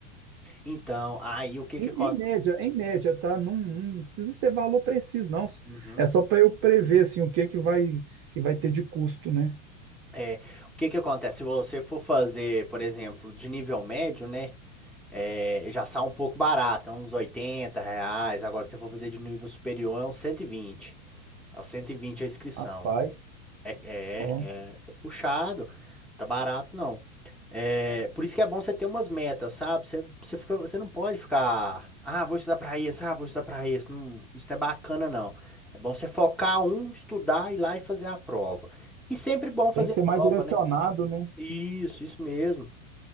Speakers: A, in the centre; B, on the right.
A: Então, aí o que
B: Em,
A: que acontece?
B: em média, em média, tá? Não, não precisa ser valor preciso, não.
A: Uhum.
B: É só para eu prever assim o que que vai que vai ter de custo, né?
A: É, o que que acontece? Se você for fazer, por exemplo, de nível médio, né? é, já sai um pouco barato, é uns 80 reais. Agora, se você for fazer de nível superior, é uns cento e vinte É uns 120 a inscrição.
B: Rapaz,
A: É, é,
B: Ó,
A: é puxado, tá barato não. É, por isso que é bom você ter umas metas, sabe? Você, você fica, você não pode ficar, ah, vou estudar pra isso, ah, vou estudar pra isso. Não, isso não é bacana, não. É bom você focar um, estudar, ir lá e fazer a prova. E sempre bom fazer
B: tem que ser mais
A: prova,
B: direcionado,
A: né?
B: né?
A: Isso, isso mesmo.